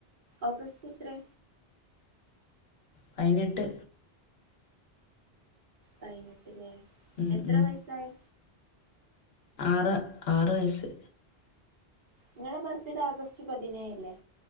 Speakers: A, on the right (about 50°); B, on the left (about 70°).
A: ഓഗസ്റ്റ് എത്രേ?
B: പയ്നെട്ട്
A: പതിനെട്ട് ലേ
B: ഉം,
A: എത്ര
B: ഉം.
A: വയസായി
B: ആറ് ആറ് വയസ്സ്
A: ഇങ്ങളെ ബർത്ത്ഡേ ആഗസ്റ്റ് പതിനേഴല്ലേ